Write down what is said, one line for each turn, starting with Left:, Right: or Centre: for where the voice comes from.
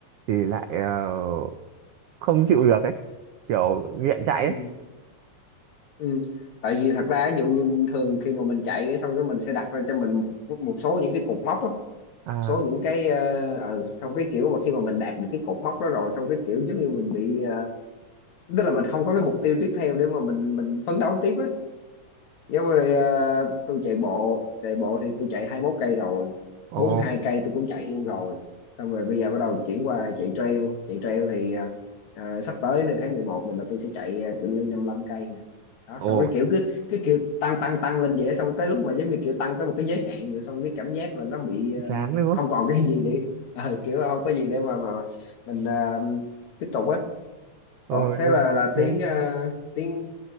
Right: thì lại ờ, không chịu được ấy kiểu nghiện chạy
Left: ừ.
Right: ấy
Left: Ừ. tại vì thật ra ví dụ như thường khi mà mình chạy cái xong cái mình sẽ đặt ra cho mình một, một số những cái cột mốc á
Right: à
Left: số những cái ờ, ừ xong cái kiểu mà khi mà mình đạt được cái cột mốc đó rồi xong cái kiểu giống như mình bị ờ, tức là mình không có cái mục tiêu tiếp theo để mà mình mình phấn đấu tiếp á Giống như ờ, tôi chạy bộ, chạy bộ thì tôi chạy 21 cây rồi,
Right: ồ
Left: 42 cây tôi cũng chạy luôn rồi. Xong rồi bây giờ bắt đầu chuyển qua chạy trail, chạy trail thì ờ, ờ, sắp tới nên tháng 11 này là tôi sẽ chạy ờ, cự ly 55 cây nè. Đó,
Right: ồ
Left: xong cái kiểu cứ cứ kiểu tăng tăng tăng lên vậy á, xong rồi tới lúc mà giống như kiểu tăng tới một cái giới hạn rồi xong cái cảm giác là nó bị ờ,
Right: chán nữa
Left: không còn cái gì để ờ, kiểu là không có gì để mà mà mà mình ờ, tiếp tục á. Ủa,
Right: ồ
Left: thế là là
Right: thế
Left: tiếng uh, tiếng